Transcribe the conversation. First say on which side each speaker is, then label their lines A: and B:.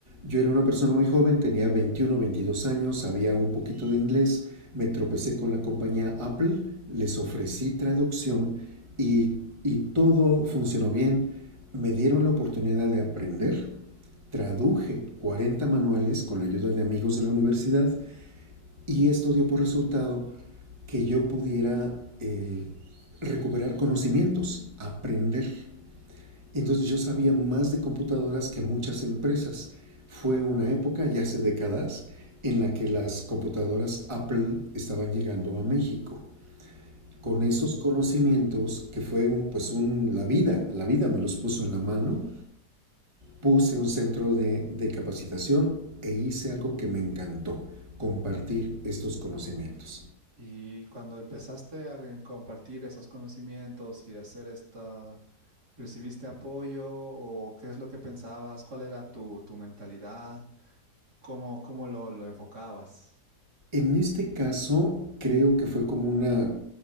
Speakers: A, on the right (about 20°); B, on the right (about 75°).
A: Yo era una persona muy joven, tenía 21, 22 años, sabía un poquito de inglés, me tropecé con la compañía Apple, les ofrecí traducción y, y todo funcionó bien. Me dieron la oportunidad de aprender, traduje 40 manuales con la ayuda de amigos de la universidad y esto dio por resultado que yo pudiera eh, recuperar conocimientos, aprender. Entonces yo sabía más de computadoras que muchas empresas. Fue una época, ya hace décadas, en la que las computadoras Apple estaban llegando a México. Con esos conocimientos, que fue un, pues un, la vida, la vida me los puso en la mano, puse un centro de, de capacitación e hice algo que me encantó, compartir estos conocimientos.
B: Y cuando empezaste a eh, compartir esos conocimientos y hacer esta, ¿recibiste apoyo o qué es lo que pensabas? ¿Cuál era tu, tu mentalidad? ¿Cómo, cómo lo, lo enfocabas?
A: En este caso, creo que fue como una,